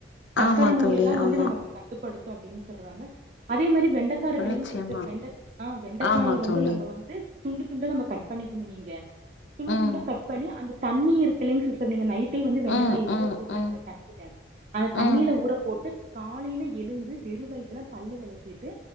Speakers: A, on the right (about 40°); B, on the left (about 85°).
A: சக்கர
B: ஆமா
A: நோய்
B: தோழி
A: எல்லா வந்து
B: ஆமா
A: நமக்கு கட்டுப்படுத்தோ அப்டீன்னு சொல்றாங்க அதே மாரி வெண்டக்கா இருக்கு இல்லைங்க
B: நிச்சயமா
A: சிஸ்டர் வெண்ட ஆ வெண்டைக்காய
B: ஆமா
A: வந்து
B: தோழி
A: நம்ப வந்து துண்டு துண்டா நம்ம கட் பண்ணிக்கணோ நீங்க துண்டு
B: ம்
A: துண்டா கட் பண்ணி அந்த தண்ணி இருக்குலைங்க சிஸ்டர் நீங்க நைட் டே வந்து வெண்டக்காய
B: ம்
A: ஊற
B: ம்
A: போட்டுருங்க
B: ம்
A: அந்த தண்ணீல அந்த தண்ணீல
B: ம்
A: ஊற போட்டு காலைல எழுந்து வெறு வயித்துல பல்லு வெளக்கிட்டு